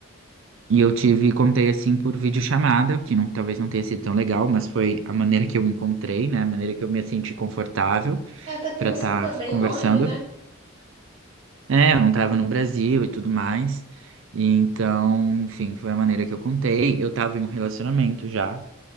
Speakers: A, on the right; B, on the right.
A: E eu tive, contei assim por videochamada, que não, talvez não tenha sido tão legal, mas foi a maneira que eu encontrei, né? A maneira que eu me senti confortável
B: É, até porque
A: para
B: você
A: estar
B: tava bem
A: conversando.
B: longe, né?
A: É, eu não tava no Brasil e tudo mais. E então, enfim, foi a maneira que eu contei. Eu tava em um relacionamento já,